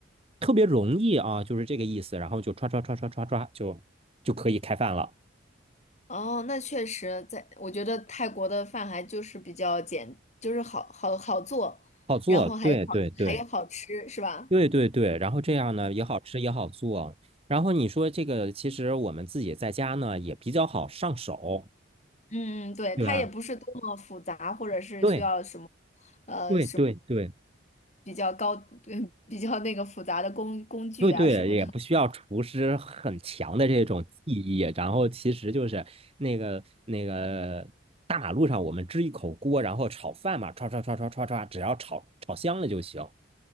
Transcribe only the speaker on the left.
哦，那确实在，我觉得泰国的饭还就是比较简，就是好好好做，
然后还有好还有好吃，
是吧？
嗯，嗯对，
它也不是多么复杂，或者是需要什么，
呃，
比较高，嗯，比较那个复杂的工工具啊什么的。